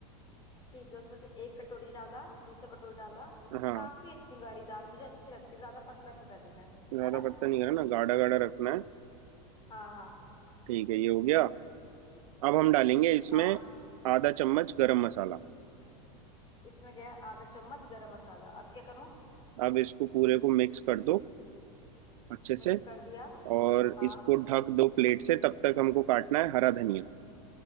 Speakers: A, on the left (about 25°); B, on the right (about 75°).
A: ठीक है उसमें से एक कटोरी डाला दूसरा कटोरी डाला
B: हाँ
A: काफी इतनी गाढ़ी दाल मुझे अच्छी लगती ज्यादा पतला नहीं कर रही मैं
B: ज्यादा
A: है ना
B: पत्ता नहीं करना गाढ़ा गाढ़ा रखना है
A: हाँ हाँ
B: ठीक है ये हो गया अब हम डालेंगे इसमें
A: हाँ हाँ
B: आधा चम्मच गरम मसाला
A: इसमें गया आधा चम्मच गरम मसाला अब क्या करूँ
B: अब इसको पूरे को मिक्स कर दो अच्छे से
A: मिक्स कर दिया
B: और
A: हाँ
B: इसको ढक दो प्लेट से तब तक हमको काटना है हरा धनिया